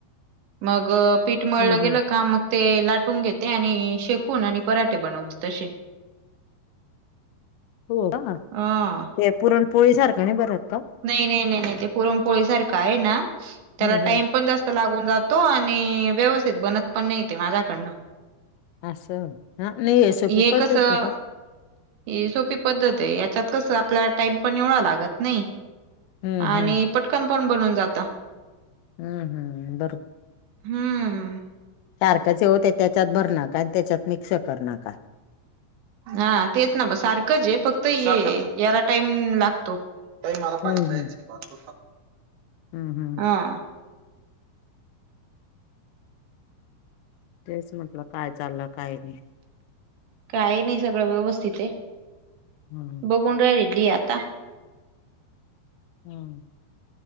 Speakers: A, on the right (about 75°); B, on the left (about 85°).
A: मग पीठ मळलं
B: हम्म
A: गेलं
B: हम्म. हम्म.
A: का मग. ते लाटून घेते आणि शेकून आणि पराठे बनवते तसे.
B: हो का.
A: हम्म.
B: ते पुरणपोळी सारखं नाही बरत का.
A: नाही नाही नाही नाही ते पुरमपोळी सारखं आहे ना त्याला
B: हम्म हम्म.
A: टाइम पण जास्त लागून जातो आणि. आणि व्यवस्थित बनत पण नाहीेते माझ्याकडनं.
B: असं हा नाही आहे सोपी
A: हे
B: पद्धतीचं.
A: कसं ही सोपी पद्धत आहे याच्यात कस आपल्याला टाइम पण एवढा लागत नाही.
B: हम्म
A: आणि
B: हम्म.
A: पटकन पण बनून जात.
B: हम्म हम्म
A: हम्म.
B: सारखाचे होते त्याच्यात भर नका आणि त्याच्यात मिक्स कर नका.
A: हा तेच ना ब सारखंच आहे फक्त ये याला टाईम लागतो. बाई मला
B: हम्म
A: पाणी
B: हम्म
A: प्यायची थोडं थांब.
B: हम्म हम..
A: ह.
B: तेच म्हटलं काय चाललं काही नाही?
A: काही नाही सगळं व्यवस्थित आहे
B: हम्म
A: बघून राहिल ि आता.
B: हम्म.